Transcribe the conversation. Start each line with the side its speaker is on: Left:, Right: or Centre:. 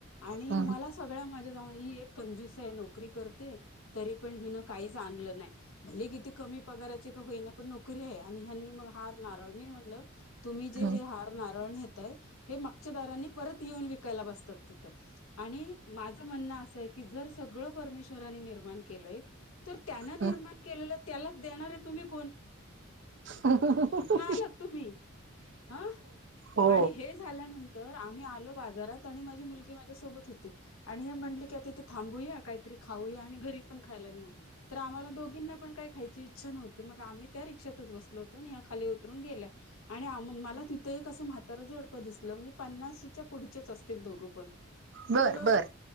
Left: आणि
Right: हम्म
Left: मला सगळ्या माझ्या ही एक कंजूस आहे नोकरी करते, तरी पण हिन काहीच आणलं नाही भले किती कमी पगाराची होईना पण नोकरी आहे आणि हनी मग हार नारळ मी म्हणलं तुम्ही जे
Right: हम्म
Left: हे हार नारळ नेताय हे मागच्या दाराने परत येऊन विकायला बसतात, तिथं आणि माझं म्हणणं असं आहे जर जर सगळ परमेश्रानी निर्माण केलंय तर त्यान निर्माण
Right: हम्म
Left: केलेलं त्यालाच देणार तुम्ही कोण?
Right: हो हो हो
Left: कुठनं
Right: हो
Left: आलात तुम्ही ह
Right: हो
Left: आणि हे झाल्यानंतर, तर आम्ही आलो बाजारात आणि माझी मुलगी माझ्यासोबत होती, आणि हे म्हणली की आ तिथे थांबूया काहीतरी खाऊया आणि घरी पण खायला नेऊ तर आम्हा दोघींना पण काही खयची इच्छा नव्हती मग आम्ही त्या रिक्षातच बसलो होतो आणि या खाली उतरून गेल्या आणि मला तिथ एक म्हातारा दिस म्हणजे पन्नाच्या पुढच असतील दोघ पण
Right: बर
Left: तर
Right: बर